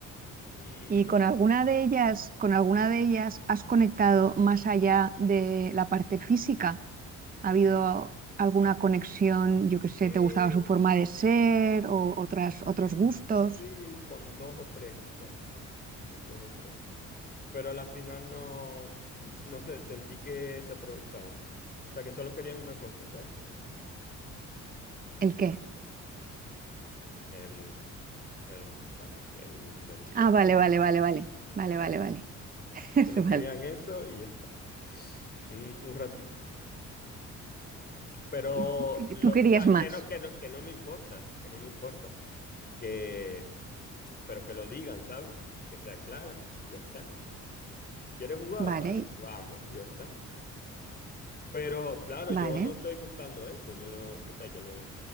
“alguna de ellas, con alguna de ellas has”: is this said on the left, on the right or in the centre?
Right